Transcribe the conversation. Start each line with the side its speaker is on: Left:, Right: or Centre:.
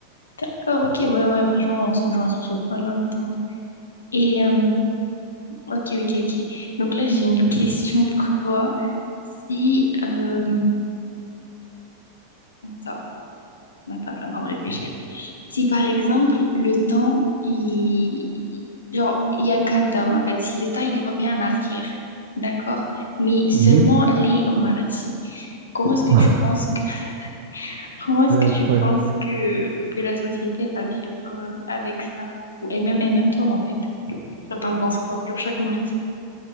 Left: D'accord, ok, ouais, ouais, franchement, on se rejoint sur ce point-là, honnêtement. Et, euh, ok, ok, ok. Donc là, j'ai une question pour toi. Si, euh, attends, attends, je suis en train de réfléchir. Si par exemple le temps, il... genre, il y a un countdown en fait, si le temps il revient en arrière, d'accord? Mais seulement
Right: Mhm.
Left: les mardis. Comment est-ce que
Right: <laughs>
Left: tu penses que... <laughs> comment est-ce
Right: Elle
Left: que
Right: est incroyable.
Left: tu penses que, que la société elle va vivre euh, avec ça? Ou- Et même, et même toi en fait. Genre t'en penses quoi? Genre chaque mardi.